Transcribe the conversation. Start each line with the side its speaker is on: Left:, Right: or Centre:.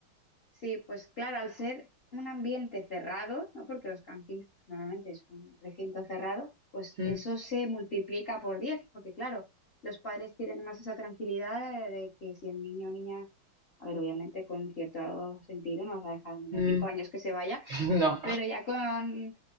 Left: Sí, pues claro, al ser un ambiente cerrado, ¿no? Porque los campings pues, normalmente es un recinto cerrado, pues
Right: Mm,
Left: eso se multiplica por 10, porque claro, los padres tienen más esa tranquilidad de, de que si el niño o niña, a ver, obviamente con cierto sentido no vas a dejar al niño
Right: mm.
Left: de 5 años que se vaya,
Right: <laughs> No.
Left: pero ya con,